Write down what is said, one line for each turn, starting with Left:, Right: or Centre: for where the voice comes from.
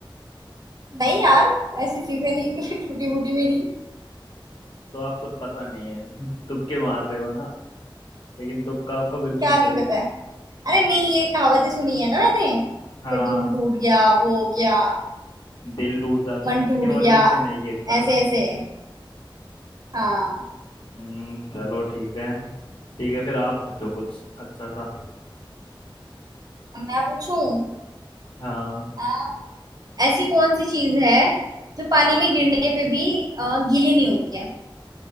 Right: नहीं यार ऐसी चीजें नहीं <laughs> टूटी फूटी
Left: हम्म।
Right: मेरी
Left: तो आपको तो पता नहीं है <laughs> तुक्के मार रहे हो ना लेकिन तुक्का आपका बिल्कुल
Right: क्या नहीं
Left: सही
Right: पता
Left: है
Right: है अरे नहीं ये कहावतें सुनी है ना मैंने
Left: हाँ
Right: कि दिल टूट गया वो हो गया
Left: दिल टूट जाता
Right: मन
Left: है लेकिन
Right: टूट
Left: वो
Right: गया
Left: नीचे नहीं गिरता
Right: ऐसे ऐसे हाँ
Left: हम्म चलो ठीक है ठीक है फिर आप पूछो कुछ अच्छा सा
Right: अब मैं पूछूं
Left: हाँ
Right: हाँ, ऐसी कौन सी चीज है जो पानी में गिरने पे भी अ, गीली नहीं होती है